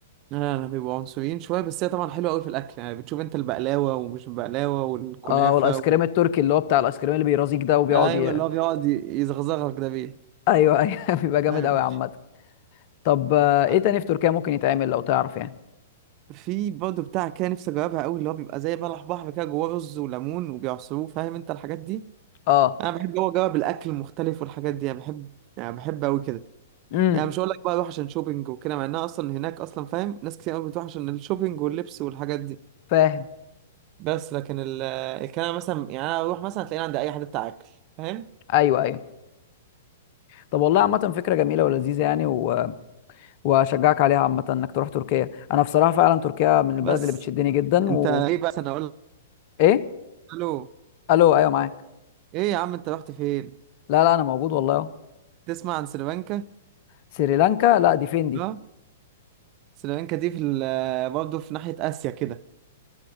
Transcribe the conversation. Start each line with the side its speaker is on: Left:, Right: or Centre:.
Right: لا لا، بيبقوا عنصريين شويه بس هي طبعا حلوه قوي في الاكل يعني بتشوف انت البقلاوه ومش البقلاوه والكنافه
Left: اه والايس
Right: وال...
Left: كريم التركي اللي هو بتاع الايس كريم اللي بيرازيك ده وبيقعد
Right: ايوه
Left: ي...
Right: اللي هو بيقعد ي- يزغزغك ده بيه
Left: ايوه ايوه <laughs> بيبقى جامد
Right: ايوه
Left: قوي عامة طب آه، ايه
Right: آه،
Left: تاني في تركيا ممكن يتعمل لو تعرف يعني
Right: في برضه بتاع كده نفسي اجربها قوي اللي هو بيبقى زي بلح بحر كده جواه رز وليمون وبيعصروه فاهم انت الحاجات دي
Left: اه
Right: انا بحب جوه اجرب الاكل المختلف والحاجات دي انا بحب يعني بحب قوي كده
Left: امم
Right: يعني مش هقول لك بقى اروح عشان شوبينج وكده مع انها اصلا هناك اصلا فاهم ناس كتير قوي بتروح عشان الشوبينج واللبس والحاجات دي
Left: فاهم
Right: بس لكن ال- الكلام مثلا يعني انا اروح مثلا هتلاقيني عند اي حد بتاع اكل فاهم
Left: ايوه ايوه طب والله عامة فكرة جميلة ولذيذة يعني و... واشجعك عليها عامة انك تروح تركيا انا بصراحة فعلا تركيا من البلد
Right: بس
Left: اللي بتشدني جدا
Right: انت
Left: و...
Right: ايه بس انا اقول
Left: ايه
Right: له
Left: الو ايوه معاك
Right: ايه يا عم انت رحت فين
Left: لا لا انا موجود والله اهو
Right: تسمع عن سريلانكا
Left: سريلانكا لا دي فين دي
Right: اه سريلانكا دي في ال- برضه في ناحية آسيا كده